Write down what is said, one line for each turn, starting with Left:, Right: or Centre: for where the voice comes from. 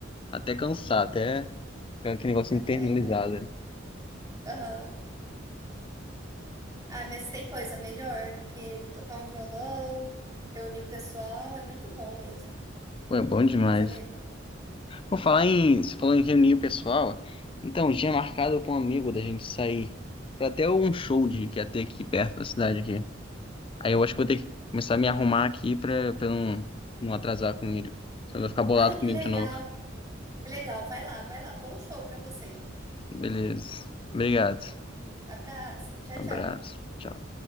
Left: até cansar, até ficar aquele negócio
Right: Até.
Left: internalizado.
Right: ah,
Left: né?
Right: Aham. Ah, mas tem coisa melhor do que tocar um violão, reunir o pessoal, é muito bom mesmo.
Left: Pô, é bom demais.
Right: Saber tocar.
Left: Vou falar em. Você falou em reunir o pessoal. Então, tinha marcado com um amigo da gente sair pra até um show de, que ia ter aqui perto da cidade aqui. Aí eu acho que vou ter que começar a me arrumar aqui pra, pra eu não, não atrasar com ele. Senão ele vai ficar bolado
Right: Ai,
Left: comigo
Right: que legal!
Left: de novo.
Right: Que legal, vai lá, vai lá. Bom show para você.
Left: Beleza. Obrigado.
Right: Abraço, tchau,
Left: Abraço.
Right: tchau.
Left: Tchau.